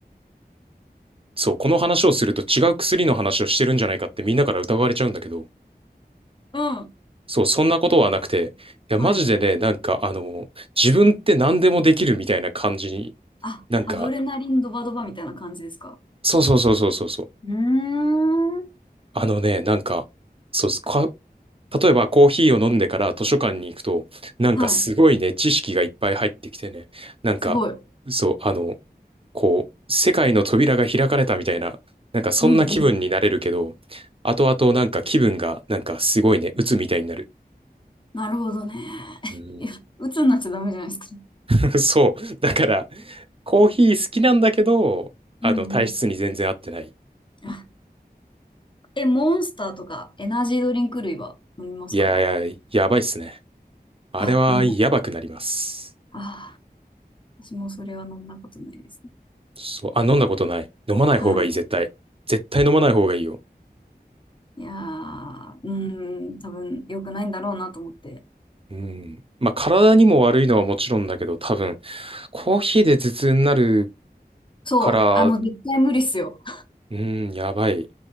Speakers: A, on the right; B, on the left.
A: そう、この話をすると違う薬の話をしてるんじゃないかってみんなから疑われちゃうんだけど、
B: うん。
A: そう、そんなことはなくて、いや、
B: はい。
A: マジでね、なんか、あの、自分って何でもできるみたいな感じに、
B: あ、
A: なんか、
B: アドレナリンドバドバみたいな感じですか
A: そうそうそうそうそうそう、
B: うーん。
A: あのね、なんか、そう、か、例えばコーヒーを飲んでから図書館に行くと、なんかすごいね、
B: はい。
A: 知識がいっぱい入ってきてね、なんか、
B: すごい。う
A: そう、あの、こう、世界の扉が開かれたみたいな、なんかそんな気分になれるけど、
B: んうん。
A: 後々なんか気分がなんかすごいね、鬱みたいになる。
B: なるほどね。<laughs>
A: うん
B: いや、鬱になっちゃダメじゃないですか。
A: <laughs> そう。だから、コーヒー好きなんだけど、あの、
B: うんうん。
A: 体質に全然合ってない。
B: あ、え、モンスターとかエナジードリンク類は飲みますか
A: いやいや、やばいっすね。あれはやばくなります。
B: あ、飲む。ああ私もそれは飲んだことないですね。
A: そう。あ、飲んだことない。飲まない方がいい、
B: はい。
A: 絶対。絶対飲まない方がいいよ。
B: いやー、うーん、多分良くないんだろうなと思って。
A: うん。まあ、体にも悪いのはもちろんだけど、多分、コーヒーで頭痛になる
B: そう、
A: から、
B: あの、絶対無理っすよ。
A: うん、やばい。